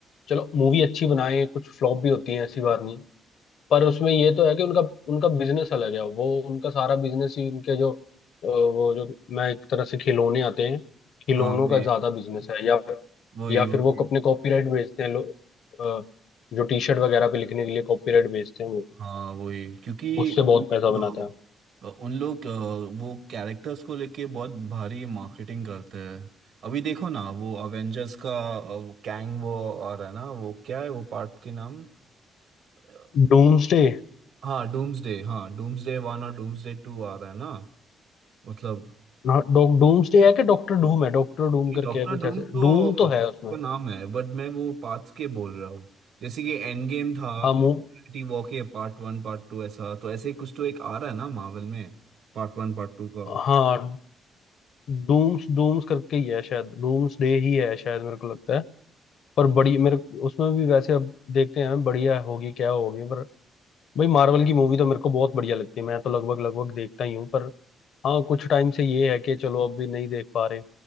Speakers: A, on the left (about 65°); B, on the right (about 70°).
A: चलो मूवी अच्छी बनाए कुछ फ्लॉप भी होती है ऐसी बात नहीं पर उसमें ये तो है कि उनका उनका बिजनेस अलग है वो उनका सारा बिजनेस ही उनके जो अ, वो जो मैं एक तरह से खिलौने आते हैं खिलौनों
B: हाँ वही
A: का ज्यादा बिजनेस है या
B: वही
A: या फिर
B: वही
A: वो अपने कॉपीराइट बेचते हैं लोग अ, जो टी शर्ट वगैरह पे लिखने के लिए कॉपीराइट बेचते हैं वो
B: हाँ वही क्योंकि
A: उससे बहुत
B: उन
A: पैसा बनाता
B: लोग अ, उन लोग अ, वो कैरेक्टर्स को लेके बहुत भारी मार्केटिंग करते हैं अभी देखो ना वो अवेंजर्स का अ, वो कैंग वो और है ना वो क्या है वो पार्ट के नाम अ,
A: है डूम्सडे
B: हाँ डूम्सडे हाँ डूम्सडे वन और डूम्सडे टू आ रहा है ना मतलब
A: हाँ डॉ डूम्सडे है कि डॉक्टर डूम है डॉक्टर डूम करके
B: डॉक्टर
A: है कुछ
B: डूम
A: ऐसे
B: तो
A: डूम
B: उसका
A: तो है उसमें
B: नाम है बट मैं वो पार्ट्स के बोल रहा हूँ जैसे कि एंड गेम था
A: हाँ मुंह
B: इन्फिनिटी वॉर के पार्ट वन पार्ट टू ऐसा तो ऐसे ही कुछ तो एक आ रहा है ना मार्वल में पार्ट वन पार्ट टू का
A: हाँ डूम्स डूम्स करके ही है शायद डूम्सडे ही है शायद मेरे को लगता है पर बड़ी मेरे उसमें भी वैसे अब देखते हैं बढ़िया होगी क्या होगी पर भाई मार्वल की मूवी तो मेरे को बहुत बढ़िया लगती है मैं तो लगभग लगभग देखता ही हूँ पर हाँ कुछ टाइम से ये है कि चलो अब भी नहीं देख पा रहे